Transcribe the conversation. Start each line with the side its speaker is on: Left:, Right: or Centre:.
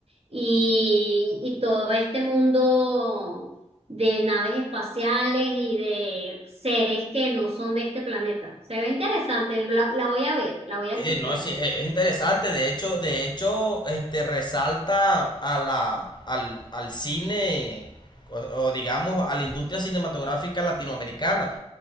Right: y, y todo este mundo de naves espaciales y de seres que no son de este planeta. Se ve interesante, la, la voy a ver, la voy a
Left: Eh,
Right: chequear.
Left: no, sí, es, es interesante. De hecho, de hecho, este resalta a la, al, al cine o, o, digamos a la industria cinematográfica latinoamericana.